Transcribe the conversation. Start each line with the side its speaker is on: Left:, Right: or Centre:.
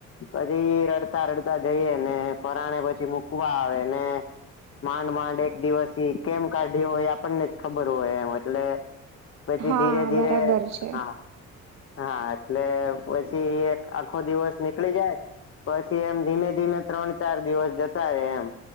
Left: પછી રડતા રડતા જઈએ ને, પરાણે પછી મૂકવા આવે ને. માંડ માંડ એક દિવસ કેમ કાઢ્યો હોય, આપણને જ ખબર હોય એમ એટલે. પછી
Right: હા
Left: ધીરે ધીરે,
Right: બરાબર છે
Left: હા. હા, એટલે પછી એક આખો દિવસ નીકળી જાય. પછી એમ ધીમે ધીમે ત્રણ-ચાર દિવસ જતા રહે એમ.